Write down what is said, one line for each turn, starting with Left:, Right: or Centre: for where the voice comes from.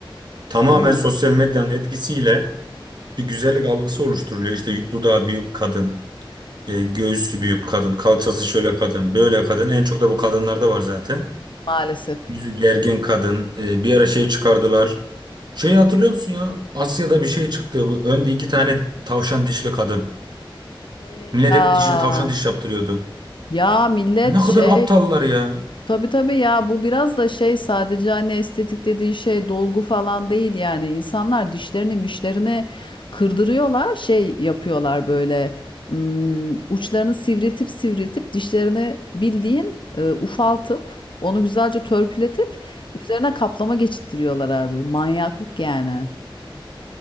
Right: Tamamen
Left: Değil mi?
Right: sosyal medyanın etkisiyle bir güzellik algısı oluşturuluyor. İşte dudağı büyük kadın,
Left: Hı hı.
Right: e, göğsü büyük kadın, kalçası şöyle kadın, böyle kadın. En çok da bu kadınlarda var zaten.
Left: Maalesef.
Right: Yüzü gergin kadın. E, bir ara şey çıkardılar. Şeyi hatırlıyor musun ya? Asya'da bir şey çıktı. Bu önde iki tane tavşan dişli kadın.
Left: He
Right: Millet
Left: ya. Ya
Right: dişini tavşan diş yaptırıyordu.
Left: ya millet
Right: Ne kadar
Left: şey
Right: aptallar ya.
Left: Tabii tabii ya bu biraz da şey sadece hani estetik dediğin şey dolgu falan değil yani insanlar dişlerini mişlerini kırdırıyorlar şey yapıyorlar böyle hmm, uçlarını sivriltip sivriltip dişlerini bildiğin e, ufaltıp onu güzelce törpületip üzerine kaplama geçittiriyorlar abi manyaklık yani